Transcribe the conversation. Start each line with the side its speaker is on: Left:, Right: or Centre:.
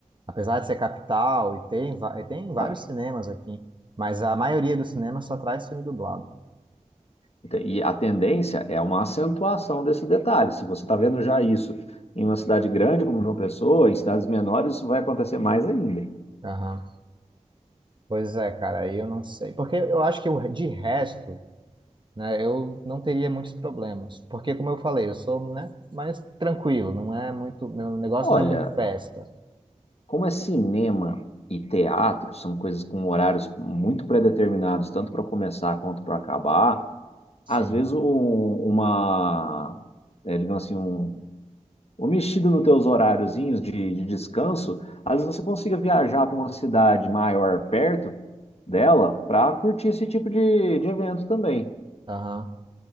Right: apesar de ser capital, e tem, va- e tem vários
Left: tá?
Right: cinemas aqui, mas a maioria dos cinemas só traz filme dublado.
Left: Então, e a tendência é uma acentuação desse detalhe. Se você está vendo já isso em uma cidade grande como João Pessoa, em cidades menores, isso vai acontecer mais ainda.
Right: Aham. Pois é, cara, aí eu não sei. Porque eu acho que o- de resto, né, eu não teria muitos problemas. Porque, como eu falei, eu sou, né, mais tranquilo, não é muito, meu negócio
Left: Olha,
Right: não é muito festa.
Left: como é cinema e teatro, são coisas com horários muito predeterminados, tanto para começar quanto para acabar.
Right: Sim,
Left: Às vezes, um- uma, é, digamos assim, um, ou mexido nos teus horáriozinhos de, de descanso, às vezes você consiga viajar para uma cidade maior perto dela para curtir esse tipo de, de evento também.
Right: aham.